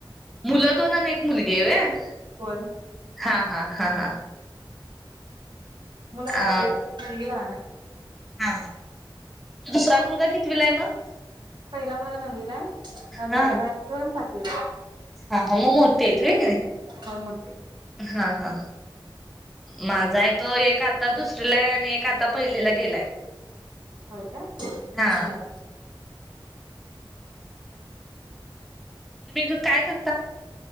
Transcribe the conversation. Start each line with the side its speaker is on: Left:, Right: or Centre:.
Centre: मुलं दोन आणि एक मुलगीये व्हयं.
Right: होय.
Centre: हा हा हा हा.
Right: मुलं
Centre: अ
Right: मोठेय. मुलगी लहानये.
Centre: हा. दुसरा मुलगा कितीवीला आहे मग.
Right: पहिला मुलगा नववीलाय अन्
Centre: हा
Right: दुसराय तो सातवीलाय.
Centre: हा मग मोठी हेतवी ही की नाही.
Right: हं मोठी
Centre: हा हा माझा आहे तो एक आता दुसरीला आहे आणि एक आता पहिलीला गेलाय.
Right: हो का.
Centre: हा
Right: हो
Centre: तुम्ही गं काय कर